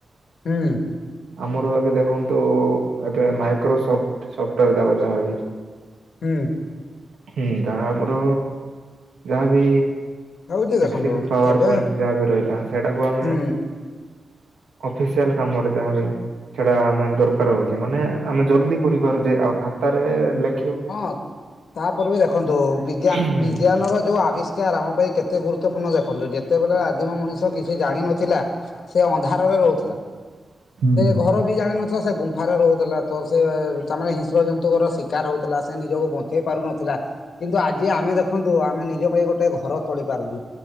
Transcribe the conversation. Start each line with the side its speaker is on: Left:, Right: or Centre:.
Left: ହୁଁ।
Right: ଆମର ଏବେ ଦେଖନ୍ତୁ ଏବେ ମାଇକ୍ରୋସଫ୍ଟ୍ ସଫ୍ଟଓୟାର ଦବ ଯାହା
Left: ହୁଁ।
Right: ହୁଁ ତାହା ଆମର ଯାହା ବି
Left: ହଉ ଟିକେ ଦେଖନ୍ତୁ
Right: ଏକ୍ସଲ ପାୱାର
Left: ଏବେ
Right: ପଏଣ୍ଟ। ଯାହା ବି ରହିଲା ସେଟାକୁ ଆମେ
Left: ହୁଁ
Right: ଅଫିସିଆଲ କାମରେ ଯାହାବି। ସେଟା ଆମେ ଦରକାର ହଉଛି ମାନେ ଆମେ ଜଲଦି କରିପାରୁଛେ ଆଉ ଖାତାରେ ଲେ
Left: ହଁ। ତାପରେ ବି ଦେଖନ୍ତୁ ବିଜ୍ଞାନ
Right: ହୁଁ।
Left: ବିଜ୍ଞାନର ଯଉ ଆବିଷ୍କାର ଆମ ପାଇଁ କେତେ ଗୁରୁତ୍ୱପୂର୍ଣ୍ଣ ଦେଖନ୍ତୁ ଯେ। ଯେତେବେଳେ ଆଜିମ ମଣିଷ କିଛି ଜାଣିନଥିଲା ସେ ଅନ୍ଧାରରେ ରହୁଥିଲା।
Right: ହୁଁ
Left: ସେ ଘର ବି ଜାଣିିନଥିଲା ସେ ଗୁମ୍ଫାରେ ରହୁଥିଲା ତ ସେ ତା ମାନେ ହିଂସ୍ର ଜନ୍ତୁଙ୍କର ଶିକାର ହଉଥିଲା। ଥିଲା ସେ ନିଜକୁ ବଞ୍ଚେଇ ପାରୁନଥିଲା କିନ୍ତୁ ଆଜି ଆମେ ଦେଖନ୍ତୁ ଆମେ ନିଜ ପାଇଁ ଗୋଟେ ଘର ତୋଳି ପାରୁନୁ।